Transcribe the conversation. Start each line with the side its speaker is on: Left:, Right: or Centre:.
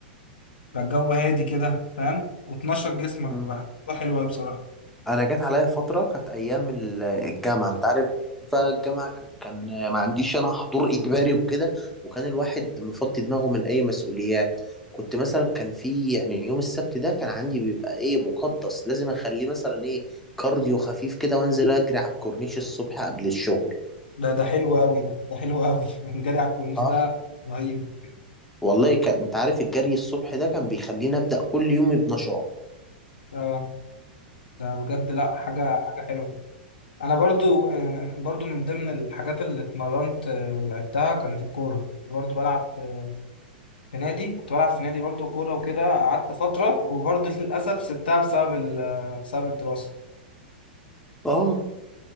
Left: بقى الجو هادي كده فاهم وتنشط جسمك
Centre: مم.
Left: بقى ده حلو قوي بصراحة
Centre: انا جت عليا فتره كانت ايام ال- الجامعه انت عارف بقى الجامعه ك- كان ما عنديش انا حضور اجباري وكده وكان الواحد مفضي دماغه من اي مسؤوليات كنت مثلا كان في يعني يوم السبت ده كان عندي بيبقى ايه مقدس لازم اخليه مثلا ايه كارديو خفيف كده وانزل اجري على الكورنيش الصبح قبل الشغل
Left: ده ده حلو قوي ده ده حلو قوي <laughs> جري على الكورنيش
Centre: اه
Left: ده رهيب
Centre: والله كان انت عارف الجري الصبح ده كان بيخليني ابدا كل يوم بنشاط
Left: اه ده بجد لا حاجة حاجة حلوة انا برضو آه، برضو من ضمن الحاجات اللي اتمرنت آه، ولعبتها كانت الكورة برضو بلعب في في نادي كنت بلعب في نادي برضو كورة وكده قعدت فترة وبرضو <laughs> للأسف سبتها بسبب ال- بسبب الدراسة
Centre: اه